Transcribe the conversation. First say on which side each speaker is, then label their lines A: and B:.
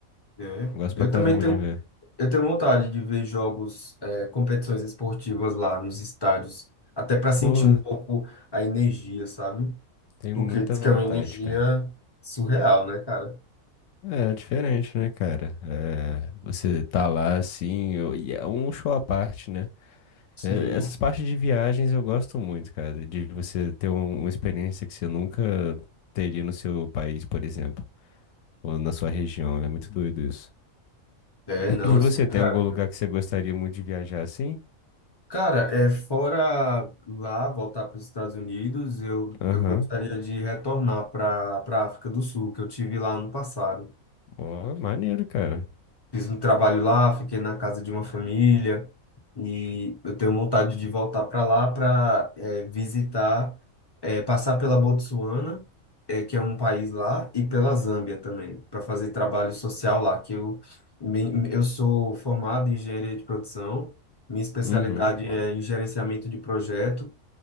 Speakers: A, on the left; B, on the left.
A: É.
B: Gosto
A: Eu
B: pra caramba
A: também tenho,
B: de ver.
A: eu tenho vontade de ver jogos, é, competições esportivas lá nos estádios, até para sentir
B: Pô,
A: um pouco a energia, sabe?
B: tenho
A: Porque
B: muita
A: diz
B: vontade,
A: que é uma energia
B: cara.
A: surreal, né, cara?
B: É, é diferente, né, cara? É, você tá lá assim, eu- e é um show à parte, né?
A: Sim,
B: É, essas
A: sim.
B: partes de viagens eu gosto muito, cara. De você ter um- uma experiência que você nunca teria no seu país, por exemplo, ou na sua região. É muito doido isso.
A: É, não,
B: E
A: é
B: você
A: surreal.
B: tem algum lugar que você gostaria muito de viajar assim?
A: Cara, é, fora lá, voltar para os Estados Unidos, eu,
B: Aham.
A: eu gostaria de retornar para para África do Sul, que eu tive lá ano passado.
B: Ó, maneiro, cara.
A: Fiz um trabalho lá, fiquei na casa de uma família e eu tenho vontade de voltar para lá para visitar, eh, passar pela Botsuana, eh, que é um país lá, e pela Zâmbia também, para fazer trabalho social lá, que eu, me- eu sou formado em engenharia de produção, minha especialidade
B: Uhum.
A: é em gerenciamento de projeto